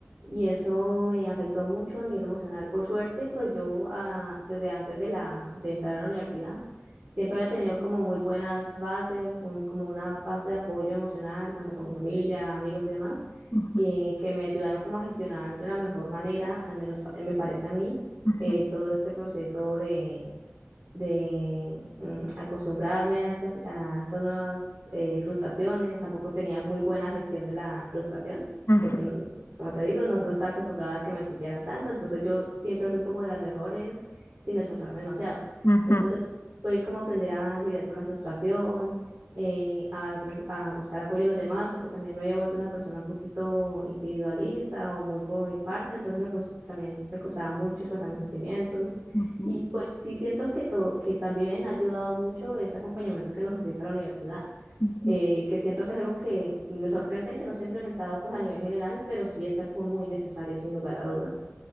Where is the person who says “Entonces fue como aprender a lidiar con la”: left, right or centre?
Right